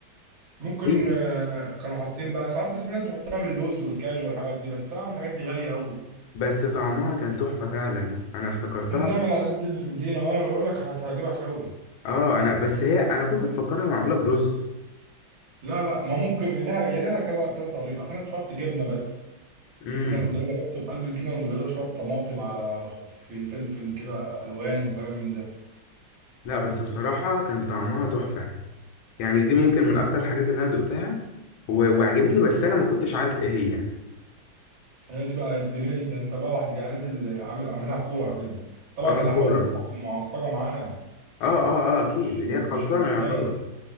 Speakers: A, on the right (about 75°); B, on the left (about 85°).
A: ممكن
B: هي
A: آه، كانوا حاطين بقى ساعات بس في ناس بتحطها باللوز والكاجو والحاجات دي بس اعمل الحاجات دي غاليه قوي
B: بس طعمها كان تحفه فعلا انا افتكرتها
A: ونعمل على قد اللي في ايدينا اه انا بقول لك هتعجبك قوي
B: اه انا بس هي انا كنت مفكرها معموله برز
A: لا لا ما ممكن لها يا لها كذا كذا طريقه في ناس بتحط جبنه بس
B: امم
A: جبنه موتزاريلا بس وفي قلب الجبنه الموتزاريلا شويه طماطم على خ- في فلفل كده الوان وكلام من ده
B: لا بس بصراحه كان طعمها تحفه يعني دي ممكن من اكتر الحاجات اللي انا دقتها و- وعجبتني بس انا ما كنتش عارف ايه هي يعني
A: هي دي بقى جميله جدا انت بقى وهتبقى نازل عامل عاملها كوره كده طبعا
B: اه
A: اللحمه
B: الكوره
A: المفرومه تكون معصجه معاه
B: اه اه اه اكيد
A: مش
B: اللي
A: مش
B: هي خلصانه
A: مش
B: يعتبر
A: نيه